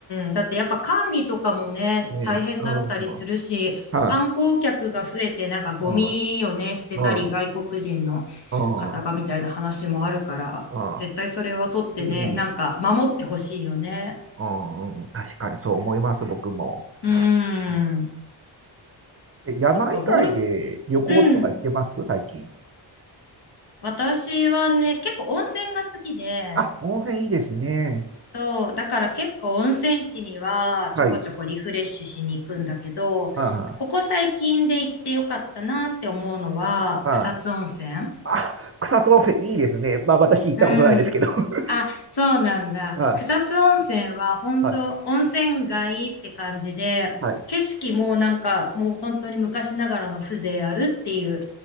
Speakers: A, on the left (about 60°); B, on the right (about 30°).
A: ん。だってやっぱ管理とかもね、
B: うん、
A: 大変だったりするし、
B: うん、はい。
A: 観光客が増えてなんかゴミをね、
B: うん、
A: 捨てたり外国人の
B: うん、うん、
A: 方がみたいな話もあるから、
B: うん、うん、
A: 絶対それは取ってね、
B: うん、
A: なんか守ってほしいよね。
B: うん、うん確かにそう思います、僕も。
A: うん。
B: うんえ山以外で旅行とか行ってます最近。
A: そっか、ゴール、うん。私はね、結構温泉が好きで、
B: あ、温泉いいですね。
A: そう。だから結構温泉地にはちょこちょこリフレッシュしに行くんだけど、
B: はい。あ
A: ここ最近で行ってよかったなって思うのは草津温泉。
B: あ、ああ、あ草津温泉いいですね。まあ私行ったことないですけど。
A: うん。
B: <laughs>
A: あ、そうなんだ。
B: はい、
A: 草津温泉は本当温泉街って感じで、
B: はい、はい。
A: 景色もなんかもう本当に昔ながらの風情あるっていう